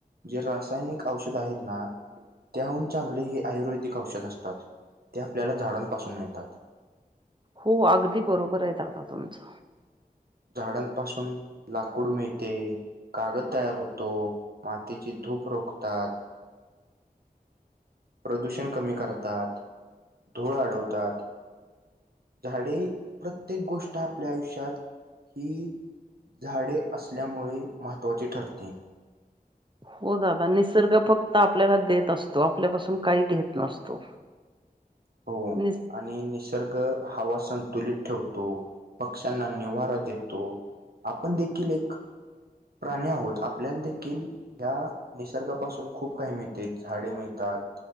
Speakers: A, on the right; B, on the right.
A: जी रासायनिक औषध आहेत ना. त्याहून चांगले हे आयुर्वेदिक औषध असतात ते आपल्याला झाडांपासून मिळतात.
B: हो अगदी बरोबर आहे दादा तुमचं.
A: झाडांपासून लाकूड मिळते. कागद तयार होतो मातीची धूप रोखतात. प्रदूषण कमी करतात, धूळ अडवतात. झाडे प्रत्येक गोष्ट आपल्या आयुष्यात हि झाडे असल्यामुळे महत्त्वाचे ठरते.
B: हो दादा निसर्ग फक्त आपल्याला देत असतो आपल्यापासून काही घेत नसतो.
A: हो
B: नि
A: आणि निसर्ग हवा संतुलित ठेवतो. पक्ष्यांना निवारा देतो. आपण देखील एक प्राणी आहोत, आपल्याला देखील ह्या निसर्गापासून खूप काही मिळते झाडे मिळतात,